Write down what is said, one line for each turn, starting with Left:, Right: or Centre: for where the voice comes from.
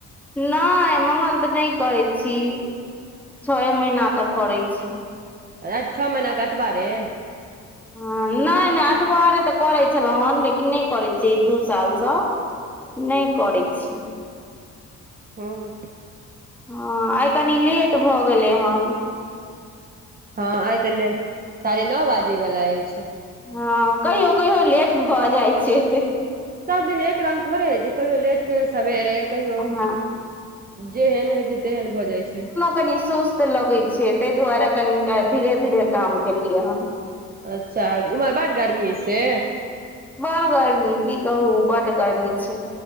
Centre: नहि मंगल तऽ नहि करै छी छय महीना तक करैत छी
Right: अ छओ महिना कटबा रे
Centre: ह नहि नहि अठबरे तऽ करे छलहुं हेन लेकिन नहि करे छि दू साल से नहि करै छी
Right: हँ
Centre: हँ आइ कनि लेट भऽ गेलै हन
Right: हँ आइ ते साढ़े नओ बाजे वला अछि
Centre: हँ कहियो कहियो लेट भऽ जाइ छै
Right: सब दिन एक रङंग थोड़े हइ कहियौ लेट कहियौ सबेरे कहियो
Centre: हँ
Right: जेहन होइ छै तेहन भऽ जाइ छै
Centre: कनी सुस्त लगै छै ताहि दुआरे कनि धीरे धीरे काम केलियै हन
Right: अच्छा ओमहर बड्ड गर्मी ऐ से
Centre: बड़ गर्मी जी कह बड्ड गर्मी छै